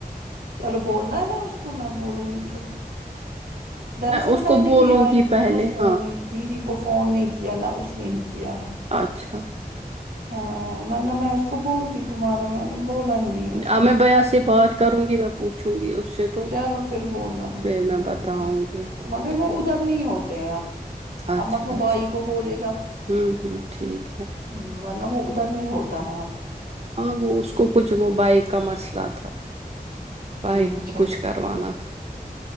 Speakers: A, on the right (about 65°); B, on the right (about 40°).
A: چلو بولنا ہے اس کو میں بولوں گی پھر دراصل
B: اس
A: میں
B: کو
A: نہیں
B: بولوں
A: بھی آج
B: گی پہلے
A: اس کو فون
B: ہاں
A: نہیں دیدی کو فون نہیں کیا نہ اس نے ہی کیا
B: اچھا
A: ہاں ں ورنہ میں اس کو بولتی تمہارا میں نے بولا ہی نہیں اس کو
B: اب میں بھیا سے بات کروں گی میں پوچھوں گی اس سے تو
A: چلو پھر بولنا مجھے
B: پھر
A: تو
B: میں بتاؤں
A: بولوں
B: گی ہاں
A: مگر
B: ں ٹھیک
A: وہ ادھر نہیں ہوتے ہیں اب
B: اچھا
A: اب مت وہ
B: اچھا
A: بھائی کو بولے
B: ہوں ہوں ٹھیک ہے
A: ہوں ورنہ وہ ادھر نہیں ہوتا ہے اب
B: ہاں وہ اس کو کچھ وہ بھائی کا مسئلہ تھا بھائی
A: اچھا
B: کچھ کروانا تھا